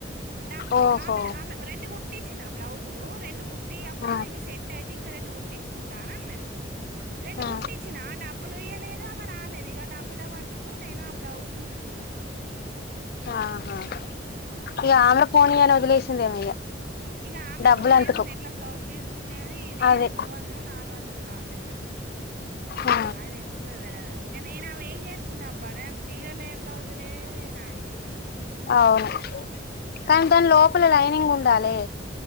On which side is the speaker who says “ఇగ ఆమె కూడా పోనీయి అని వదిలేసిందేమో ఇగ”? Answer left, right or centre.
Left